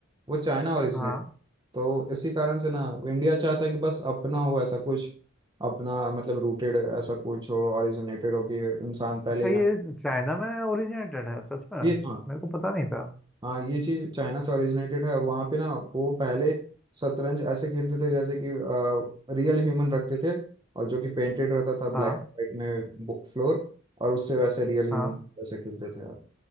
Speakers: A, on the right; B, in the centre.
A: वो चाइना ओरिजिनेट
B: हाँ
A: तो इसी कारण से ना इंडिया चाहता है कि बस अपना हो ऐसा कुछ अपना मतलब रूटेड ऐसा कुछ हो ओरिजिनेटेड हो कि इंसान पहले
B: अच्छा ये
A: यहाँ
B: चाइना में ओरिजिनेटेड है सच में
A: ये हाँ
B: मेरे को पता नहीं था
A: हाँ ये चीज चाइना से ओरिजिनेटेड है और वहाँ पे ना वो पहले शतरंज ऐसे खेलते थे जैसे कि रियल ह्यूमन रखते थे और जो कि पेंटेड रहता था
B: हाँ
A: ब्लैक वाइट में फ्लोर और उससे वैसे रियल ह्यूमन
B: हाँ
A: वैसे खेलते थे आप